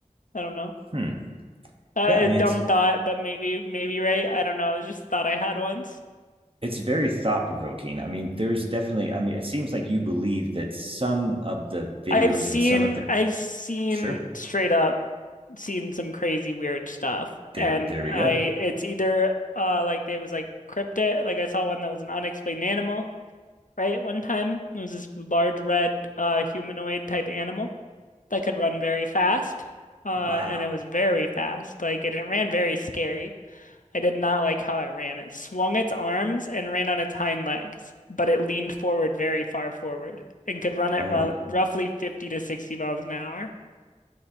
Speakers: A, on the left; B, on the right.
A: I don't know.
B: Hmm.
A: Uh,
B: Yeah, I
A: a
B: mean
A: dumb
B: it's
A: thought, but maybe maybe right. I don't know. It's just a thought I had once.
B: it's very thought provoking. I mean, there's definitely, I mean, it seems like you believe that some of the videos
A: I've seen
B: and some of the,
A: I've seen
B: sure,
A: straight up seen some crazy weird stuff.
B: there,
A: And
B: there we
A: I
B: go.
A: it's either uh like there was like cryptid, like I saw one that was an unexplained animal, right? One time. It was this large red uh humanoid type animal that could run very fast. Uh
B: Wow.
A: and it was very fast. Like and it ran very scary. I did not like how it ran. It swung its arms and ran on its hind legs, but it leaned forward very far forward and could run at
B: Oh,
A: ro roughly 50 to 60 miles an hour.